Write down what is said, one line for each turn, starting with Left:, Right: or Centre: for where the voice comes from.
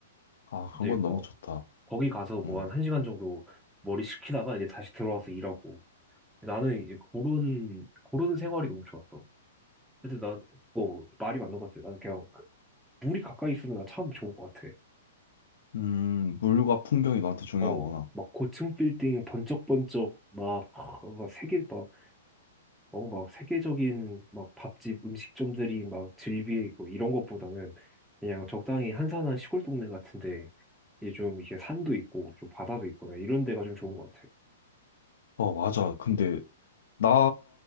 Left: 아, 그런
Centre: 이제
Left: 건 너무
Centre: 어,
Left: 좋다.
Centre: 거기 가서 뭐
Left: 응.
Centre: 한 1시간 정도 머리 식히다가 이제 다시 들어와서 일하고. 나는 이제 그런, 그런 생활이 너무 좋았어. 근데 난, 어, 말이 맞는 것 같아. 난 그냥 그 물이 가까이 있으면 난 참 좋은 것 같아.
Left: 음, 물과 풍경이 너한테 중요한구나.
Centre: 어, 막 고층 빌딩 번쩍번쩍 막, 아, 막 세계, 막, 어, 막 세계적인 막 밥집 음식점들이 막 즐비해 있고 이런 것보다는 그냥 적당히 한산한 시골 동네 같은데 이제 좀 이게 산도 있고 좀 바다도 있고 이런 데가 좀 좋은 것 같아.
Left: 어, 맞아. 근데 나,